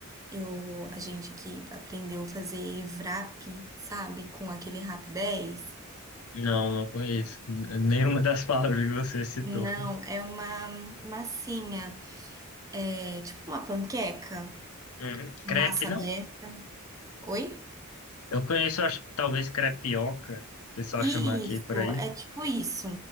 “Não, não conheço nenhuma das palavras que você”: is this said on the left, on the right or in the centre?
Left